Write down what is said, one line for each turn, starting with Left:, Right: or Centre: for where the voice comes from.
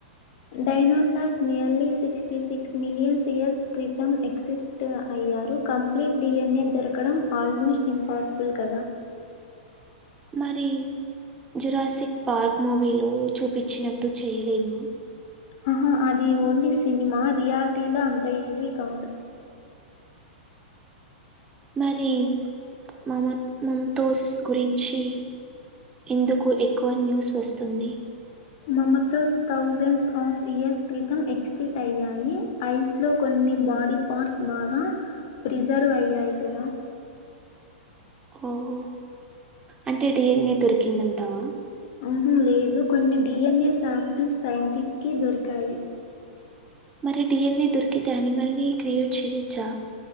Left: dinosaurs nearly sixty six millions years క్రితం ఎక్సిస్ ట్ అయ్యారు కంప్లీట్ డిఎన్ఏ దొరకడం ఆల్మోస్ట్ ఇంపాసిబుల్ కదా
Right: మరి జురాసిక్ పార్క్ మూవీలో చూపిచ్చినట్టు చెయ్యలేము
Left: అహ అది ఓన్లీ సినిమా రియాలిటీలో అంత ఈజీ కాదు
Right: మరి మమత్ మంతోస్ గురించి ఎందుకు ఎక్కువ న్యూస్ వస్తుంది
Left: మమతోస్ థౌజండ్స్ ఆఫ్ ఇయర్స్ క్రితం ఎక్స్టిట్ అయ్యాయి ఐస్లో కొన్ని బాడీ పార్ట్స్ బాగా ప్రిజర్వ్ అయ్యాయి కదా
Right: ఓహో అంటే డీఎన్ఏ దొరికిందంటావా
Left: మ్ హు లేదు కొన్ని డిఎన్ఏ సాంపుల్స్ సైంటిస్ట్కి దొరికాయి
Right: మరి డిఎన్ఏ దొరికితే అనిమల్ని క్రియేట్ చేయొచ్చా